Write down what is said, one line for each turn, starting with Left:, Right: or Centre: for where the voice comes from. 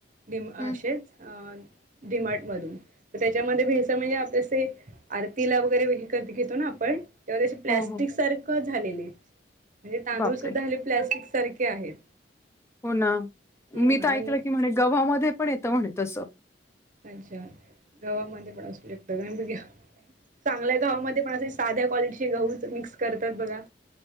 Right: मी
Left: हम्म
Right: असेच अ डिमार्ट मधून तर त्याच्यामध्ये भेस म्हणजे आपल असं हे आरतीला वगैरे विकत घेतो ना आपण तेव्हा त्याे प्लॅस्टिक
Left: हो हो
Right: सारखं झालेले. म्हणजे तांदूळ
Left: बापरे
Right: सुद्धा आले प्लॅस्टिक सारखे आहेत.
Left: हो ना
Right: हम्म
Left: मी तर
Right: आणि
Left: ऐकलं की म्हणे गव्हामध्ये पण येतं म्हणे तस.
Right: अच्छा गावामध्ये पण असू शकतो का बघा चांगल्या गावामध्ये पण असे साध्या क्वालिटीचे गहू मिक्स करतात बघा.